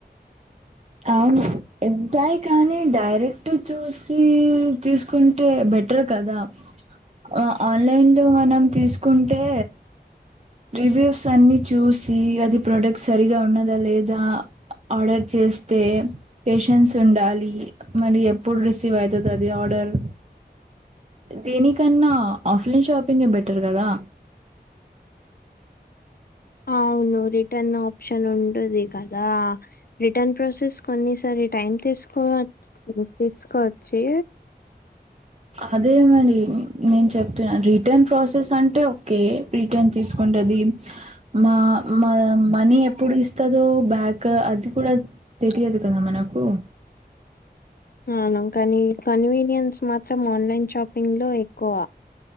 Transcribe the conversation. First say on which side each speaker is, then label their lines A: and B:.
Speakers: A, on the right (about 40°); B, on the left (about 60°).
A: అవును ఉంటాయి కానీ డైరెక్ట్ చూసి తీసుకుంటే బె బెటర్ కదా అ ఆన్లైన్ లో మనం తీసుకుంటే రివ్యూస్ అన్ని చూస్ దీ అది ప్రోడక్ట్ సరిగా ఉన్నదా లేదా ఆర్డర్ చేస్ అయితే పేషన్స్ ఉండాలి మరి ఎప్పుడు రిసీవ్ అయితదది ఆర్డర్ దేనికన్నా ఆఫ్లైన్ షాపింగే బెటర్ గదా
B: ఆవ్ అవును రిటర్న్ ఆప్షన్ ఉండది గదా రిటర్న్ ప్రాసెస్ కొన్నిసరి టైంకి తీసుకో వచ్చి తీసుకోచ్చి
A: అదేమరి నేను చెప్తున్నా రిటర్న్ ప్రాసెస్ అంటే ఓకే రిటర్న్ తీసుకోంటే అది ఇ మ-మ-మనీ ఎప్పుడు ఇస్తాదో బ్యాక్ అది గుడా తే తియదు కదా మనకు
B: <inaudible> అవును కాని కన్వీనియన్స్ మాత్రం ఆన్లైన్ షాపింగ్ లో ఎక్కువ